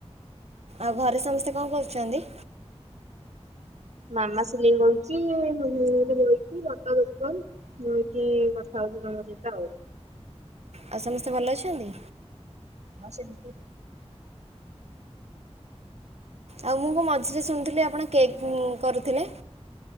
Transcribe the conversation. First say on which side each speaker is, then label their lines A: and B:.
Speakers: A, on the right; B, on the right.
A: ଆଉ ଘରେ ସମସ୍ତେ କଣ କରୁଛନ୍ତି?
B: ମାମା ସିଲେଇ କରୁଚି, ମୁଁ ଏଠି ବଇଛି ବାପା ଦୋକାନ ମୁଏଠି କଥା ଥା ହେଉଚି ତମ ସହିତ ଆଉ।
A: ଆଉ ସମସ୍ତେ ଭଲ ଅଛନ୍ତି।
B: ହଁ ସେମତି।
A: ଆଉ ମୁଁ କଣ ମଝିରେ ଶୁଣୁଥିଲି ଆପଣ କେକ୍ କୁଁ କରୁଥିଲେ।